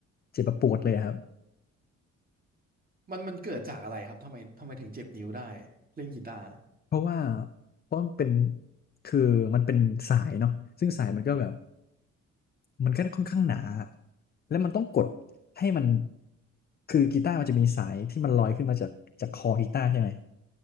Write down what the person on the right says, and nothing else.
มันมันเกิดจากอะไรครับทำไมทำไมถึงเจ็บนิ้วได้เล่นกีตาร์